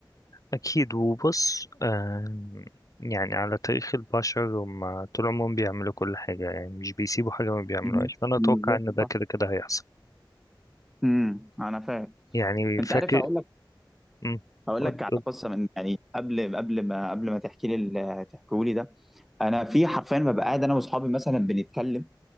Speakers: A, on the left; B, in the centre.
A: اكيد وبص آم، يعني على تاريخ البشر هم طول عمرهم بيعملوا كل حاجة يعني مش بيسيبوا حاجة ما بيعملوهاش
B: مم.
A: فانا اتوقع
B: بالظبط
A: ان ده
B: صح
A: كده كده هيحصل
B: امم انا فاهم
A: يعني
B: انت
A: فاكر
B: عارف هقول لك
A: مم.
B: هقول
A: قول
B: لك على
A: قول
B: قصه من يعني قبل قبل ما قبل ما تحكي لي ال- تحكوا لي ده انا في حرفيا ما بقى قاعد انا واصحابي مثلا بنتكلم